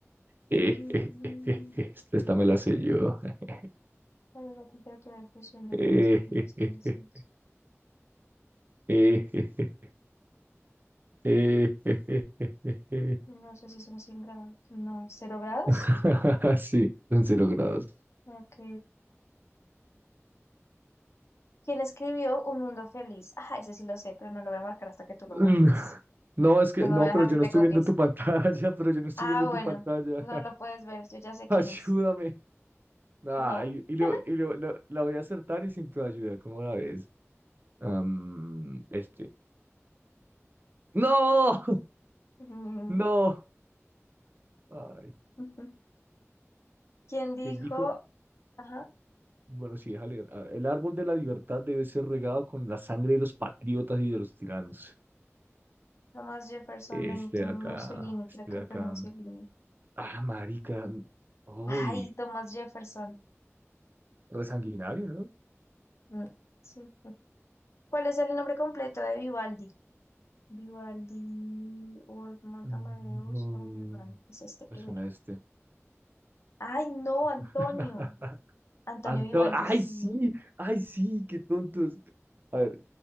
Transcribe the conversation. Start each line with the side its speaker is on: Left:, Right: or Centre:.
Right: Eh,
Left: Mm,
Right: eh, eh, eh, eh, eh, eh, eh. Esta esta me la sé yo. <laughs>
Left: ¿Cuál es la temperatura de fusión del
Right: Eh,
Left: agua sobre
Right: eh,
Left: las cabezas?
Right: eh, eh, eh, eh, eh, eh, eh, eh, eh, eh.
Left: No sé si son 100 grados. No, cero grados?
Right: <laughs> Sí, son cero grados.
Left: Ok. Quién escribió Un Mundo Feliz. Ajá, ese sí lo sé, pero no lo voy a marcar hasta que tú lo
Right: Mm,
Left: marques.
Right: No, es que
Left: Que no
Right: no,
Left: voy a dejar
Right: pero yo
Left: que te
Right: no estoy
Left: copies.
Right: viendo tu pantalla, <laughs> pero yo no estoy
Left: Ah,
Right: viendo
Left: bueno,
Right: tu pantalla.
Left: no
Right: <laughs>
Left: lo puedes ver, yo ya sé quién
Right: Ayúdame.
Left: es.
Right: Ay,
Left: No.
Right: y, le-
Left: <laughs>
Right: y le- la la voy a acertar y sin tu ayuda, ¿cómo la ves? Am, este. No, <laughs>
Left: Mm,
Right: no. Ay,
Left: ujú. ¿Quién dijo?
Right: ¿quién dijo?
Left: Ajá,
Right: Bueno, sí, deja leer. A ver, El árbol de la libertad debe ser regado con la sangre de los patriotas y de los tiranos.
Left: Thomas Jefferson,
Right: Este
Left: Benito
Right: de
Left: Mussolini,
Right: acá,
Left: creo
Right: este
Left: que
Right: de acá.
Left: fue Mussolini.
Right: Ah, marica. Uy,
Left: Ay, Thomas Jefferson.
Right: resanguinario, ¿no?
Left: Mm, sí. sí. ¿Cuál es el nombre completo de Vivaldi? Vivaldi, Wolfgang
Right: Mm,
Left: Amadeus,
Right: No,
Left: Wolfgang, es este primero.
Right: me suena este.
Left: Ay, no, Antonio.
Right: <laughs>
Left: Antonio
Right: Anto-
Left: Vivaldi,
Right: ¡Ay,
Left: sí.
Right: sí! ¡Ay, sí! ¡Qué tontos! A ver,